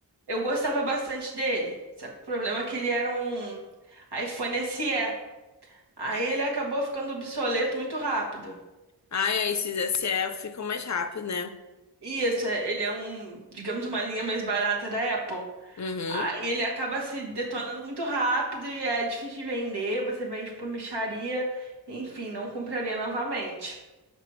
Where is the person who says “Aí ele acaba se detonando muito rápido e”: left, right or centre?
Right